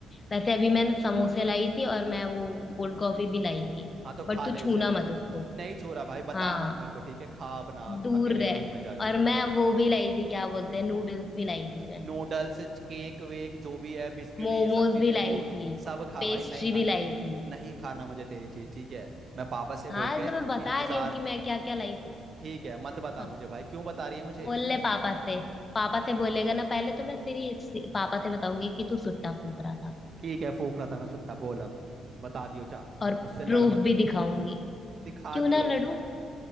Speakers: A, on the left (about 30°); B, on the right (about 50°).
A: वैसे अभी मैंने समोसे लाई थी और मैं वो कोल्ड कॉफी भी लाई थी
B: हाँ तो
A: बट
B: खा
A: तू
B: ले
A: छूना
B: उसे अकेले
A: मत उसको
B: नहीं छू रहा भाई बता
A: हाँ
B: मत मेरे को ठीक है खा अपना
A: दूर
B: अकेले
A: रहे
B: रूम में जाके
A: और मैं वो भी लाई थी क्या बोलते हैं नूडल्स भी लाई थी मैं
B: नूडल्स केक वेक जो भी है बिस्किट
A: मोमोज
B: ये सब चीजें
A: भी लाई
B: तू
A: थी
B: सब खा
A: पेस्ट्री
B: भाई नहीं खाना
A: भी लाई थी
B: नहीं खाना मुझे तेरी चीज ठीक है मैं पापा से
A: हाँ
B: बोल के
A: तो मैं बता
B: इंतजार
A: रही हूँ कि मैं क्या क्या लाई थी
B: ठीक है मत
A: हाँ,
B: बता मुझे भाई क्यों बता रही है मुझे
A: बोल ले पापा से पापा से बोलेगा ना पहले तो मैं तेरी अच्छी- पापा से बताऊंगी कि तू सुट्टा फूंक रहा था
B: ठीक है फूक रहा था मैं सुट्टा बोल अब बता दियो जा
A: और
B: मुझसे लड़
A: प्रूफ
B: मत
A: भी दिखाऊंगी
B: दिखा
A: क्यों
B: दियो
A: ना लड़ू